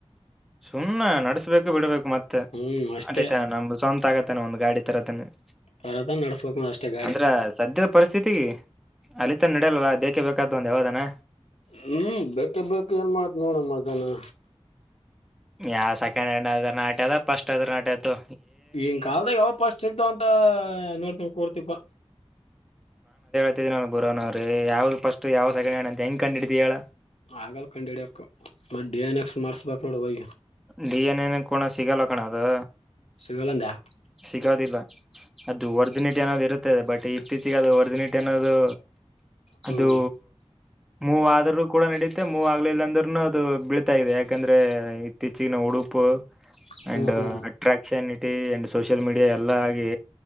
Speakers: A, in the centre; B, on the left (about 80°).
A: ಸುಮ್ನೆ ನಡ್ಸ್ಬೇಕು ಬಿಡ್ಬೇಕು ಮತ್ತ
B: ಹ್ಮ್ ಅಷ್ಟೇ
A: ಅಲ್ಲಿತಾನ ನಮ್ದ ಸ್ವಂತ ಆಗತ್ತಾನ ಒಂದ ಗಾಡಿ <unintelligible>
B: ತರದ ನಡ್ಸ್ಬೇಕ ನೋಡ್ ಅಷ್ಟೇ ಗಾಡಿ
A: ಅಂದ್ರ ಸದ್ಯದ ಪರಿಸ್ಥಿತಿ ಅಲಿತನ್ ನಡಿಯಲ್ಲ ಬೇಕೇ ಬೇಕಾದ ಒಂದು ಯಾವದನ
B: ಹ್ಮ್ ಬೇಕೆ ಬೇಕ ಏನ್ ಮಾಡತ್ ನೋಡಮ್ಮಧನ
A: ಯಾವ ಸೆಕೆಂಡ್ ಹ್ಯಾಂಡ್ ಅದ್ರ ನಾಟ್ಯ ಅದ ಫಸ್ಟ್ ಅದ್ರ ಅಟ್ಯೇಅದ ತೋ
B: ಈಗಿನ್ ಕಲ್ದಾಗ ಯಾವ ಫಾಸ್ಟ್ ಸಿಗ್ತಾವ ಅಂತ ನೋಡ್ತಿವ ಕೂಡ್ತಿಪ್ಪಾ
A: ನು ಬೊರನೋವರೇ ಯಾವ್ದ ಪಸ್ಟ್ ಯಾವದ ಸೆಕಂಡ್ ಹಾಡ್ಅಂತ ಹೆಂಗ ಕಂಡ ಹಿಡೀತಿ ಹೇಳ
B: ಆಗಲ್ ಕಂಡ್ ಹಿಡ್ಯಕ್ ಮತ್ತ ಡಿ ಎನ್ ಎಕ್ಸ್ ಮಾಡ್ಸ್ಬಕ್ ನೋಡ ವಯಿ
A: ಡಿ ಎನ್ ಎ ನ ಕಡ ಸಿಗಲ್ಲ ಕಣ ಅದು
B: ಸಿಗಲ್ಲಂದಾ
A: ಸಿಗೋದಿಲ್ಲ ಅದು ಒರ್ಜಿನಿಟಿ ಅನೋದು ಇರುತ್ತದೆ ಬಟ್ ಈ ಇತ್ತೀಚೆಗೆ ಅದು ಒರ್ಜಿನಿಟಿ ಅನ್ನೋದು
B: ಹ್ಮ್
A: ಅದು ಮೂವ ಆದ್ರು ಕೂಡ ನಡುತ್ತೆ ಮೂವ ಆಗ್ಲಿಲ್ಲ ಅಂದ್ರರುನು ಅದು ಅದು ಬೀಳ್ತಾ ಇದೆ ಯಾಕಂದ್ರೆ ಇತ್ತೀಚಗಿನ ಉಡುಪು
B: ಹ್ಮ್
A: ಅಂಡ್
B: ಹ್ಮ್ ಹ್ಮ್
A: ಅಟ್ರಾಕ್ಷನ್ ಇಟ್ಟ ಅಂಡ್ ಸೋಷಿಯಲ್ ಮೀಡಿಯಾ ಎಲ್ಲ ಆಗಿ